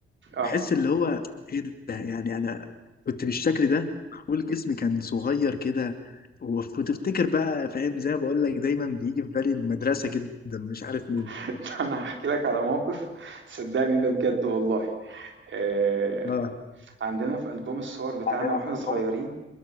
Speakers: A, on the right (about 65°); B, on the left (about 45°).
A: آه.
B: بحس اللي هو ايه ده يعني انا كنت بالشكل ده معمول جسمي كان صغير كده وف- وتفتكر بقى فاهم زي ما بقول لك دايما بيجي في بالي المدرسه جدا مش عارف ليه
A: <laughs> أنا هاحكي لك على موقف صدّقني ده بجد والله، آآ
B: اه
A: عندنا في ألبوم الصور بتاعنا
B: عندنا
A: وإحنا
B: في ألبوم
A: صغيرين